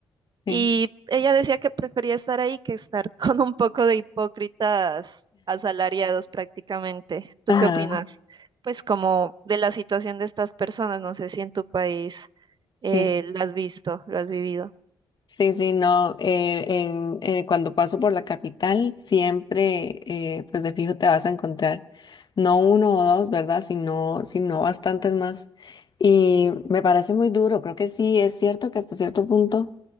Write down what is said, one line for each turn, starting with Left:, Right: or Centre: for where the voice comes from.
Left: sí.
Right: y ella decía que prefería estar ahí que estar <laughs> con un poco de hipócritas asalariados prácticamente. ¿Tú
Left: Ajá,
Right: qué opinas? Pues como de la situación de estas personas, no sé si en tu país
Left: sí.
Right: eh, lo has visto, lo has vivido.
Left: Sí, sí, no. eh, en- eh, cuando paso por la capital siempre, eh, pues de fijo te vas a encontrar no uno o dos, ¿verdad? Sino, sino bastantes más. Y me parece muy duro. Creo que sí, es cierto que hasta cierto punto.